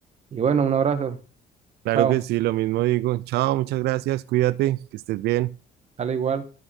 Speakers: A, on the right; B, on the right.
A: Y bueno, un abrazo.
B: Claro
A: Chao.
B: que sí, lo mismo digo. Chao, muchas gracias, cuídate, que estés bien.
A: Dale igual.